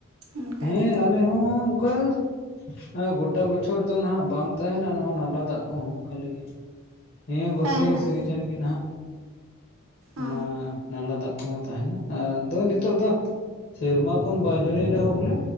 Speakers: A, on the right; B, on the left.
A: ᱚᱱᱠᱟᱜᱮ
B: ᱦᱮᱸ ᱟᱞᱮ ᱦᱚᱸ ᱚᱱᱠᱟ ᱦᱮᱸ ᱜᱚᱴᱟ ᱵᱚᱪᱷᱚᱨ ᱫᱚ ᱱᱟᱦᱟᱜ ᱵᱟᱝ ᱛᱟᱦᱮᱱᱟ ᱱᱚᱣᱟ ᱱᱟᱞᱟ ᱫᱟᱜ ᱠᱚᱦᱚᱸ ᱠᱷᱟᱹᱞᱤᱼᱼ ᱱᱤᱭᱟᱹ ᱵᱚᱨᱥᱟ
A: ᱦᱮᱸ ᱦᱮᱸ
B: ᱥᱤᱡᱮᱱ ᱜᱮ ᱱᱟᱦᱟᱜ ᱚᱱᱟ
A: ᱚ
B: ᱱᱟᱞᱟ ᱫᱟᱜᱼᱼ ᱠᱚ ᱛᱟᱦᱮᱱᱟ ᱟᱫᱚ ᱱᱤᱛᱚᱜ ᱫᱚ ᱥᱮᱨᱢᱟ ᱠᱷᱚᱱ ᱵᱟᱭ ᱡᱟᱹᱲᱤ ᱨᱮᱦᱚᱸ ᱵᱚᱞᱮ,